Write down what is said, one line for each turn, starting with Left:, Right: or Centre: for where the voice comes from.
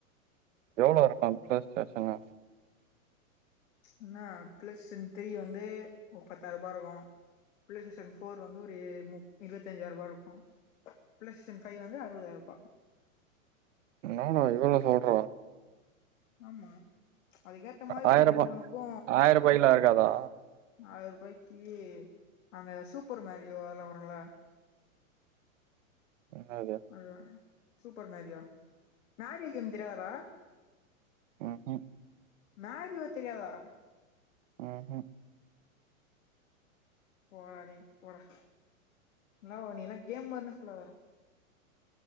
Right: எவ்ளோ இருக்கு அந்த பிளே ஸ்டேஷனு
Left: என்ன பிளஸ் இன் திரி வந்து ஒரு பத்தாயிர ரூபா இருக்கு பிளே ஸ்டேஷன் ஃபோர் வந்து ஒரு ஏ முப் இருவத்தஞ்சாயிர ரூபா இருக்கு பிளே ஸ்டேஷன் ஃபைவ் வந்து அறுவதாயிர ரூபா
Right: என்னாடா இவ்ளோ சொல்ற
Left: ஆமா அதுக்கேத்த மாரி
Right: ஆயிரரூபா
Left: ஒவ்வொன்னுக்கு
Right: ஆயிரம் ரூபாய்க்குலாம் இருக்காதா
Left: ஆயிர்பாய்க்கி அந்த சூப்பர் மேரியோ அதெல்லா வருல்ல.
Right: என்னாது
Left: அதுவா சூப்பர் மேரியோ மேரி கேம் தெரியாதாடா?
Right: ம்ஹு
Left: மேரியோவ தெரியாதா?
Right: ம்ஹு
Left: போடா டே போடா நில்லா ஒ நீயில்லா கேம் மார்னே சொல்லாதடா.